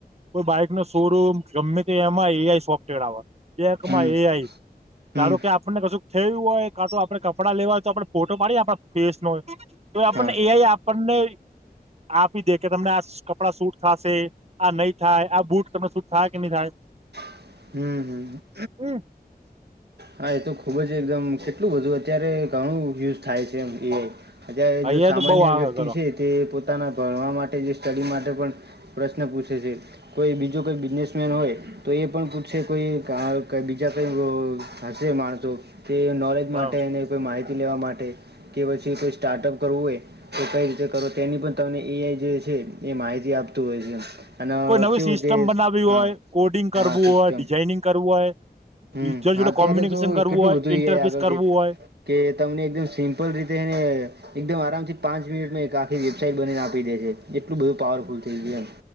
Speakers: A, on the right; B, on the right.
A: કો બાઈક નો શોરૂમ ગમે તેમાં ઈ એમાં એઆઈ સોફ્ટવેર આવે બેકમાં
B: હમ
A: એઆઈ
B: હમ
A: ધારો કે આ આપણને કશું થયું હોય કા તો આપડે કપડા લેવા હોય તો આપડણે ફોટો પાડીએ આપ ફેસ નોય તો આપણને
B: હા
A: એઆઈ આપણને આપી દે કે તમને આ કપડા સૂટ થાશે આ નહી થાય આ બુટ તમને સુટ થાય કે નહી થાય
B: હમ હમ હમ
A: હમ
B: હા એ તો ખુબ જ એકદમ કેટલું બધું અત્યારે ઘણું યુઝ થાય છે એમ એઆઈ અત્યારે
A: અહિયાં
B: જો સામાન્ય
A: તો બઉ આવે
B: વ્યક્તિ
A: કરો
B: છે તે પોતાના ભણવા માટે જે સ્ટડી માટે પણ પ્રશ્ર પુસે છે. કોઈ બીજું કોઈ બિઝનેસમેન હોય તો એ પણ પૂછશે કોઈ કા બીજા કોઈ અ હશે માણસો તે નોલેજ
A: હા
B: માટે એને કોઈ માહિતી લેવા માટે. કે પછી કોઈ સ્ટાર્ટઅપ કરવું હોય. તો કઈ રીતે કરો તેની પણ તમને એઆઈ જે છે એ માહિતી આપતું હોય છે. અને
A: કોઈ નવી
B: કેવું
A: સિસ્ટમ
B: કે
A: બનાવવી હોય,
B: હા
A: કોડિંગ કરવું
B: હા સિસ્ટમ
A: હોય, ડિઝાઈનિંગ કરવું હોય. <inaudible>
B: હમ
A: જોડે
B: હા અત્યારે
A: કોમ્યુનિકેશન
B: તો
A: કરવું
B: કેટલું
A: હોય,
B: બધું
A: ઇન્ટરપીસ
B: એ આગળ
A: કરવું
B: છે
A: હોય.
B: કે તમને એકદમ સિમ્પલ રીતે એને એકદમ આરામથી પાંચ મિનિટમાં એક આખી વેબસાાઈટ બનીને આપી દે છે. એટલું બધું પાવરફુલ થઈ ગયું એમ.